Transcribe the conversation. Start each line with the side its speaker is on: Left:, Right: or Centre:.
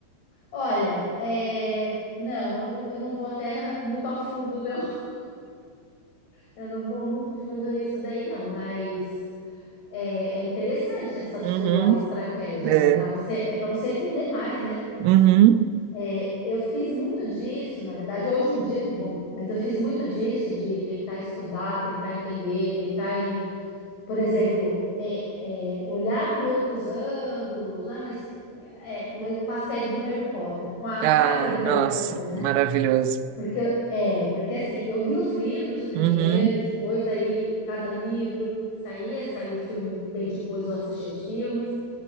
Left: Olha, é, não, eu não, eu não vou até muito a fundo, não. <laughs> Eu não vou muito fundo nisso daí, não. Mas é, é interessante essa sua
Right: Uhum.
Left: estratégia
Right: É.
Left: para você, é para você entender mais, né?
Right: Uhum.
Left: É, eu fiz muito disso, na verdade, hoje em dia eu não vou, mas eu fiz muito disso de tentar estudar, tentar entender, tentar, em, por exemplo, é, é, olhar por outros ângulos. Ah, mas, é, mas com a série do Harry Potter, com a
Right: Ah,
Left: saga do Harry
Right: nossa,
Left: Potter, né?
Right: maravilhoso.
Left: Porque, eu- é, porque assim, eu li os livros primeiro,
Right: Uhum.
Left: depois aí cada livro que saía, saiu o filme bem depois eu assisti os filmes,